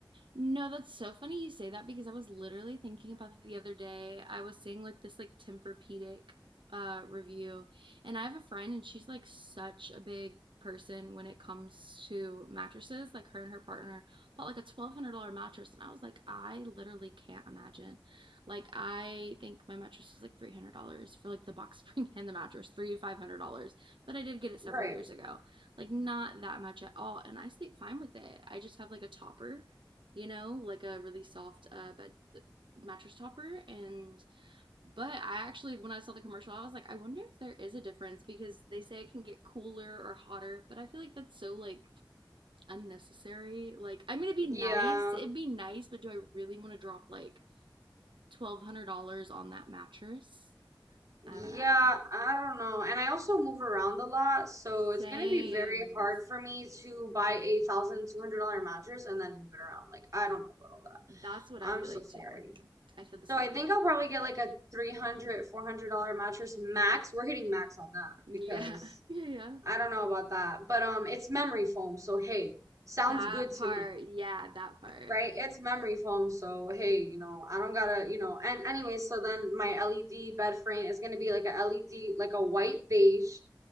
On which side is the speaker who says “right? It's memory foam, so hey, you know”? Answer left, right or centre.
Right